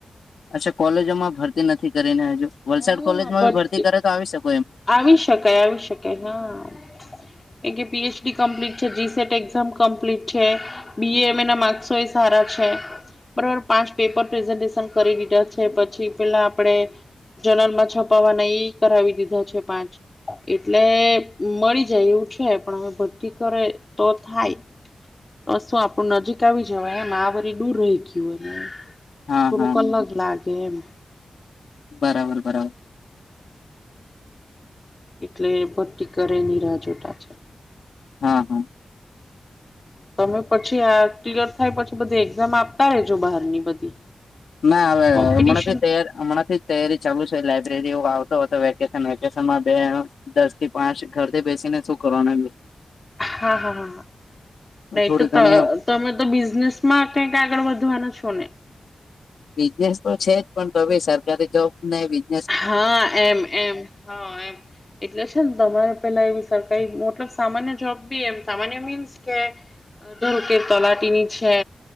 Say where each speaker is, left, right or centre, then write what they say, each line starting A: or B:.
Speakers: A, on the left; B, on the left.
A: અચ્છા કોલેજોમાં ભરતી નથી કરી ને અજુ વલસાડ
B: હા
A: કોલેજમાં
B: બટ
A: બી ભરતી કરે તો આવી શક
B: આવી શકાય, આવી શકાય હા! એ કે પીએચડી કમ્પ્લીટ છે, જી સેટ એક્ઝામ કમ્પ્લીટ છે, બીએ એમ એ ના માર્ક્સોએ સારા છે. છે બરોબર પાંચ પેપર પ્રેઝન્ટેશન કરી લીધા છે પછી પેલા આપડે જનાલ માં છપાવાના ઇ કરાવી દીધા છે. પાંચ એટલે મળી જાય એવું છે, પણ અવે ભરતી કરે તો થાય. તો શું આપણું નજીક આવી જવાય એમ આ વરી દૂર રહી ગીયું.
A: હા
B: થોડુક
A: હા
B: અલગ લાગે એમ.
A: બરાબર બરાબર
B: એટલે ભરટી કરે ની રાહ જોતા છે.
A: હા હા.
B: તમે પછી આ ક્લિયર થાય પછી બધી એક્ઝામ આપતા રેજો બહારની બધી.
A: ના અવે
B: કોમ્પિટિશન
A: હમણાંથી તૈયારી હમણાંથી તૈયારી ચાલુ છે. લાયબ્રેરી એવુ આવતો હતો વેકેશન વેકેશનમાં બે દસ થી પાંચ ઘરથી બેસીને શું કરવાનો હ <unintelligible>
B: હા હા હા હા નઈ
A: થોડી
B: ત તો
A: ઘણી
B: તમે તો બિઝનેસ માં કઈક આગળ વધવાના છો ને?
A: બિઝનેસ તો છે જ પણ તો બી સરકારી જોબ ને બી
B: હા એમ એમ હા એમ એટલે છે ને તમારે પેલા એવી સરકારી લબ સામાન્ય જોબ બી એમ સામાન્ય મીન્સ કેવું કે તલાટીની છે,